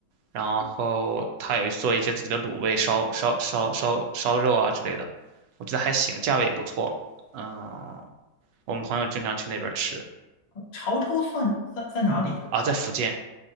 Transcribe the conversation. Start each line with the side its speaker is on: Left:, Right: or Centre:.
Right: 然后他有做一些自己的卤味、烧烧烧烧烧肉啊之类的，我觉得还行，价位也不错。嗯，我们朋友经常去那边吃
Left: 潮州算在在哪里啊？
Right: 啊，在福建，